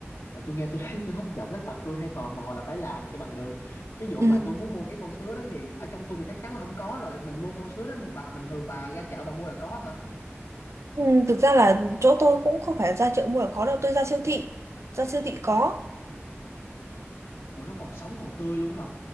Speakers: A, on the left; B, on the right.
A: ờ, tôi nghe tôi thấy tôi hấp dẫn đến tật tôi hay tò mò là phải làm cho bằng được ví dụ
B: Ừ.
A: mà tôi muốn mua cái con sứa đó thì ở trong tôi thì chắc chắn là không có rồi mình mua con sứa đó mà bà bình thường bà ra chợ bà mua là có hả
B: ừ, thực ra là chỗ tôi cũng không phải ra chợ mua là có đâu tôi ra siêu thị ra siêu thị có
A: ủa nó còn sống còn tươi luôn hả